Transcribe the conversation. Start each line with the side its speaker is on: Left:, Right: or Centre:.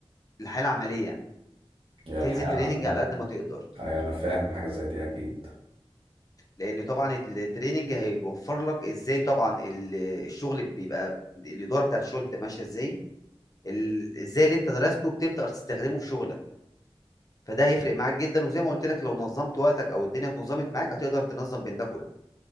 Left: الحياه العمليه
Right: هي الحياة
Left: تنزل تريننج
Right: العملية
Left: على قد ما تقدر
Right: ايوه انا فاهم حاجة زي دي اكيد
Left: لان طبعا التريننج هيوفر لك ازاي طبعا ال- الشغل بيبقى الاداره بتاعت الشغل بتبقى ماشيه ازاي ال- ازاي اللي انت درسته بتبدا تستخدمه في شغلك فده هيفرق معاك جدا وزي ما قلت لك لو نظمت وقتك او الدنيا اتنظمت معاك هتقدر تنظم بين ده كله